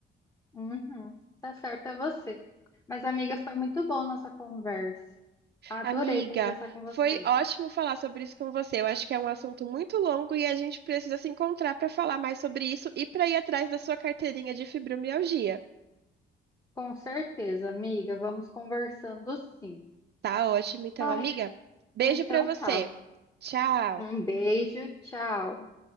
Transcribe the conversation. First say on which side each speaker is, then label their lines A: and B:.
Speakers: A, on the left; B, on the right.
A: uhum. Tá certo, é você. Mas, amiga, foi muito bom nossa conversa. Adorei
B: Amiga,
A: conversar com você.
B: foi ótimo falar sobre isso com você. Eu acho que é um assunto muito longo e a gente precisa se encontrar para falar mais sobre isso e para ir atrás da sua carteirinha de fibromialgia.
A: Com certeza, amiga. Vamos conversando sim.
B: Tá ótimo, então,
A: Ai,
B: amiga. Beijo
A: então
B: para você.
A: tá.
B: Tchau.
A: Um beijo, tchau.